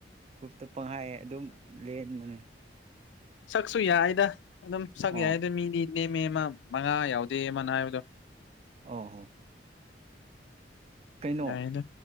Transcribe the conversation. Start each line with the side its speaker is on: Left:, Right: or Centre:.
Right: ꯀꯨꯞꯇ ꯄꯪꯈꯥꯏꯌꯦ ꯑꯗꯨꯝ ꯂꯦꯟꯕꯅꯦ
Left: ꯁꯛꯁꯨ ꯌꯥꯏꯗ ꯑꯗꯨꯝ ꯁꯛ
Right: ꯑꯣ
Left: ꯌꯥꯏꯗ ꯃꯤꯗꯤ ꯏꯅꯦ ꯃꯤ ꯑꯃ ꯃꯉꯥ ꯌꯥꯎꯗꯦ ꯑꯃꯅ ꯍꯥꯏꯕꯗꯣ
Right: ꯑ ꯍꯣ ꯀꯩꯅꯣ
Left: ꯑ ꯍꯥꯏꯅ